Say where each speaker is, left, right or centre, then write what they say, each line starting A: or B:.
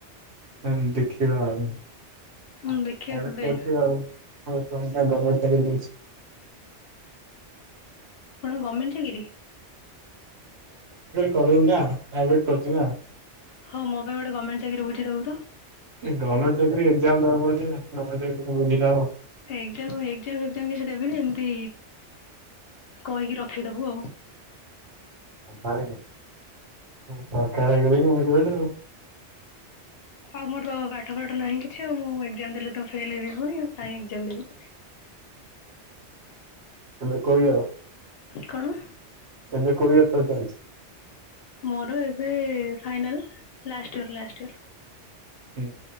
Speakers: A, on the right; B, on the left.
A: ହୁଁ ଦେଖିବା ଆଉ।
B: ହଁ
A: ଆମେ
B: ଦେଖିବା
A: ପ୍ରାଇଭେଟ୍
B: କେବେ
A: କରଛୁ ଆଉ ଆମେ ଥୋଡ଼ି ନା ଗୋମେଣ୍ଟ ଚାକିରି କରୁଚୁ।
B: କଣ ଗର୍ମେଣ୍ଟ ଚାକିିରି?
A: କରୁନୁ ନା ପ୍ରାଇଭେଟ୍ କରୁଚି ନା।
B: ହଁ ମୋ ପାଇଁ ଗୋଟେ ଗମେଣ୍ଟ ଚାକିରି ବୁଝି ଦଉନୁ ତୁ।
A: ଗର୍ମେଣ୍ଟ ଚାକିରି ଏକ୍ଜାମ ଦେବାକୁ ପଡୁଛି ନା ଗର୍ମେଣ୍ଟ ଚାକିରି କଣ ବୁଝିଲେ ହେବ।
B: ଏକ୍ଜାମ୍ ଏକ୍ଜାମ୍ ଫେକ୍ଜାମ୍ କିଛି ଦେବନି ଏମିତି କହିକି ରଖିଦବୁ ଆଉ।
A: ହଁରେ ମୁଁ ସରକାର ହେଇଗଲେଣିି ଏବେ କେବେ ଠୁଁ
B: ଆଉ ମୋର ତ ପାଠ ପାଠ ନାହିଁ କିଛି ଆଉ ମୁଁ ଏକଜାମ ଦେଲେ ତ ଫେଲ ହେବି ପୁଣି ଆଉ କାଇଁ ଏକଜାମ ଦେବି।
A: ତମେ <unintelligible>
B: କଣ?
A: ଏବେ କୋଉ ଇୟର୍ ତୋ ଚାଲଛି?
B: ମୋର ଏବେ ଫାଇନାଲ ଲାଷ୍ଟୟର ଲାଷ୍ଟୟର।
A: ହ